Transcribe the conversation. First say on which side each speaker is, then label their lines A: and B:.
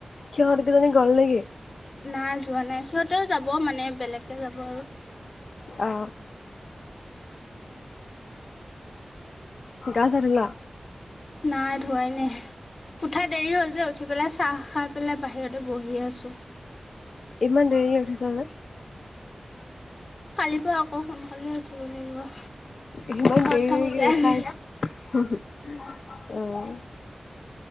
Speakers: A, on the left; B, on the left.
A: সিহঁত কেইজনী গ'ল নেকি?
B: নাই যোৱা নাই। সিহঁতেও যাব মানে বেলেগকে যাব আৰু।
A: অ। গা-চা ধোৱা?
B: নাই ধোৱাই নাই। ওঠা দেৰি হ'ল যে, উঠি পেলাই চাহ খা পেলাই বাহিৰতে বহি আছোঁ।
A: ইমান দেৰি লে উঠিছা যে?
B: কালিৰ পৰা আকৌ সোনকালে উঠিব লাগিব।
A: সিমান
B: ঘৰত
A: দেৰি
B: থাকোঁতে
A: উঠাই
B: আজি
A: <inaudible> অঁহ।